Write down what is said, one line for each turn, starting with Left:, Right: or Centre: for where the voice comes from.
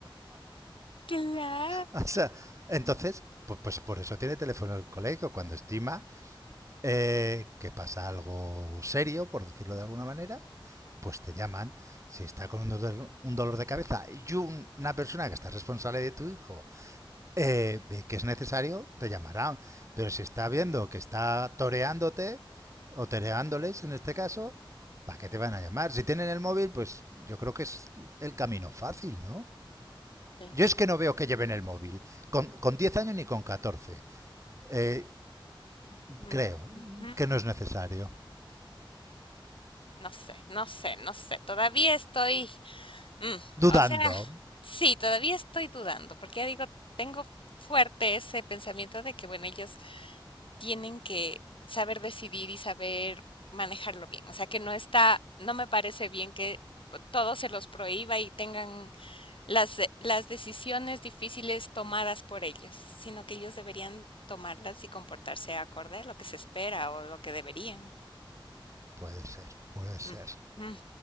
Left: Claro.
Right: O sea, entonces,
Left: Mm,
Right: pues, pues por eso tiene teléfono el colegio, cuando estima eh, que pasa algo serio, por decirlo de alguna manera, pues te llaman. Si está con un dolor, un dolor de cabeza y una persona que está responsable de tu hijo eh, ve que es necesario, te llamarán. Pero si está viendo que está toreándote, o toreándoles en este caso, ¿para qué te van a llamar? Si tienen el móvil, pues yo creo que es el camino fácil, ¿no?
Left: cla-
Right: Yo es que no veo que lleven el móvil, con, con 10 años ni con catorce Eh,
Left: mm,
Right: creo
Left: ujú,
Right: que no
Left: ujú.
Right: es necesario.
Left: No sé, no sé, no sé. Todavía estoy Mm,
Right: Dudando.
Left: o sea, sí, todavía estoy dudando, porque ya digo, tengo fuerte ese pensamiento de que, bueno, ellos tienen que saber decidir y saber manejarlo bien. O sea, que no está, no me parece bien que pues, todo se los prohíba y tengan las, de- las decisiones difíciles tomadas por ellos, sino que ellos deberían tomarlas y comportarse acorde a lo que se espera o lo que deberían.
Right: Puede ser, puede ser.
Left: Mm, mm.